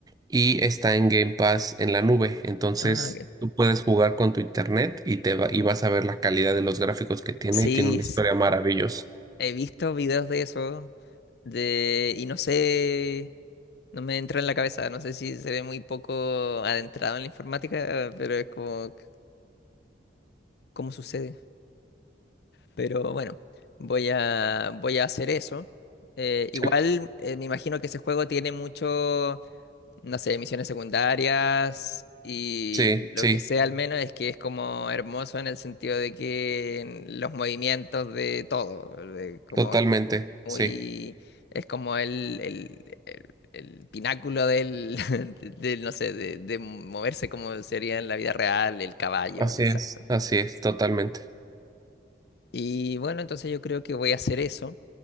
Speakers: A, on the right; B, on the left.
A: y está en Game Pass en la nube. Entonces
B: Ah, ok.
A: tú puedes jugar con tu internet y te va- y vas a ver la calidad de los gráficos que tiene
B: Sí,
A: y tiene una
B: s-
A: historia maravillosa.
B: he visto videos de eso de y no sé, no me entra en la cabeza, no sé si se ve muy poco adentrado en la informática, pero es como c- cómo sucede. Pero bueno, voy a voy a hacer eso. Eh, igual
A: Sí,
B: eh, me imagino que ese juego tiene mucho no sé, misiones secundarias y
A: sí,
B: lo
A: sí,
B: que sé al menos es que es como hermoso en el sentido de que en los movimientos de todo, de como
A: totalmente,
B: muy,
A: sí.
B: es como el, el, el- el pináculo del, <laughs> del, no sé, de, de moverse como sería en la vida real, el caballo,
A: Así
B: los
A: es,
B: saltos.
A: así es, totalmente.
B: Y bueno, entonces yo creo que voy a hacer eso.